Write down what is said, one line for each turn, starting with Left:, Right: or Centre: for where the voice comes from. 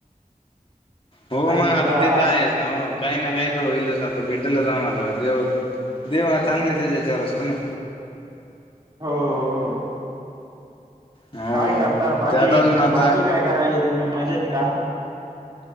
Left: हो
Right: आणि
Left: मग आता
Right: त्या
Left: तेच आहेच ना. काही ना काही तर होईलच आता भेटलंच आम्हाला देव देव हा चांगलेच हेज्याच्यावर असतो ना.
Right: हो हो.
Left: हो
Right: काय करता बाकी
Left: त्यात अजून आता
Right: बाकी काय करायले तुम्ही मजेत का?